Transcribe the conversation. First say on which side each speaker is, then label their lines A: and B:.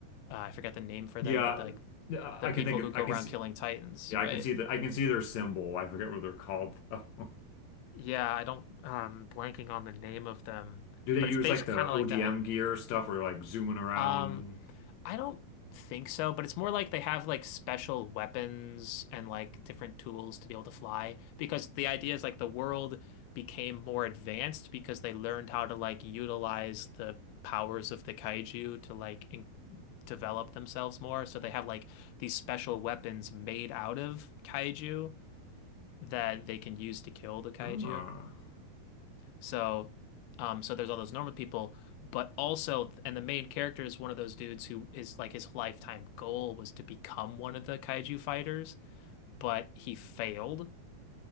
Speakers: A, on the left; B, on the left.
A: uh, I forget the name for
B: Yeah,
A: them, but like
B: yeah,
A: the
B: I
A: people
B: can think of,
A: who go
B: I can
A: around
B: see,
A: killing titans,
B: yeah,
A: right?
B: I can see the, I can see their symbol. I forget what they're called though. <laughs>
A: Yeah, I don't, um, blanking on the name of them,
B: Do they
A: but
B: use
A: it's basically
B: like the
A: kind of
B: ODM
A: like that.
B: gear stuff or like zooming around?
A: Um, I don't think so, but it's more like they have like special weapons and like different tools to be able to fly because the idea is like the world became more advanced because they learned how to like utilize the powers of the kaiju to like in develop themselves more. So they have like these special weapons made out of kaiju that they can use to kill the kaiju.
B: Ah,
A: So, um, so there's all those normal people, but also, and the main character is one of those dudes who is like his lifetime goal was to become one of the kaiju fighters, but he failed,